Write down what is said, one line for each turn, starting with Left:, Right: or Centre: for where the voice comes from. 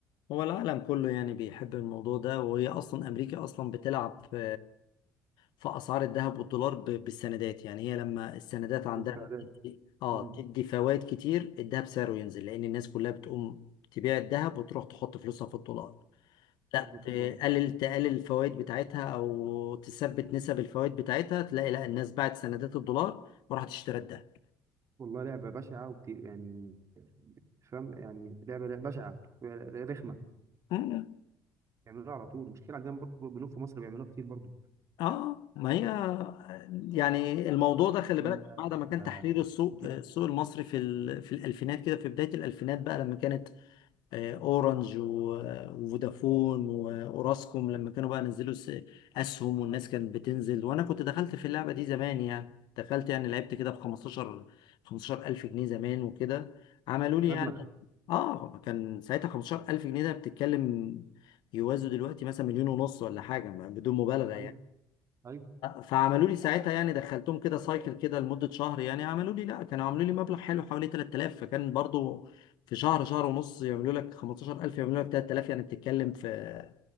Left: هو العالم كله يعني بيحب الموضوع ده وهي أصلا أمريكا أصلا بتلعب في في أسعار الذهب والدولار ب- بالسندات يعني هي لما السندات عندها
Right: دي السندات
Left: بتدي- اه
Right: امم
Left: تدي فوائد كتير الذهب سعره ينزل لأن الناس كلها بتقوم تبيع الذهب وتروح تحط فلوسها في الدولار لا تقلل
Right: دولار
Left: تقلل الفوائد بتاعتها او تثبت نسب الفوائد بتاعتها تلاقي لا الناس باعت سندات الدولار وراحت اشترت ده
Right: والله لعبة بشعة وبت... يعني مش فاهم يعني لعبة بشعة رخمة
Left: مم.
Right: بيعملوها على طول مشكلة عندنا برضه بنوك في مصر بيعملوها كتير برضه
Left: اه ما هي يعني الموضوع ده خلي
Right: ال-
Left: بالك بعد ما كان
Right: آه،
Left: تحرير السوق
Right: دي-
Left: السوق المصري في ال- في الالفينات كده في بدايه الالفينات بقى لما كانت آه، اورنج و- آه، وفودافون واوراسكوم لما كانوا بقى نزلوا س- اسهم والناس كانت بتنزل وانا كنت دخلت في اللعبه دي زمان يعني دخلت يعني لعبت كده ب 15 15000 جنيه زمان وكده عملوا لي
Right: مبلغ
Left: يعني اه كان ساعتها 15000 جنيه ده بتتكلم يوازوا دلوقتي مثلا مليون ونص ولا حاجه ما- بدون مبالغه يعني
Right: ايوه ايوه
Left: فعملوا لي ساعتها يعني دخلتهم كده سايكل كده لمدة شهر يعني عملوا لي لا كانوا عملوا لي مبلغ حلو حوالي 3000 فكان برضو في شهر شهر ونص يعملوا لك 15000 يعملوا لك 3000 يعني بتتكلم في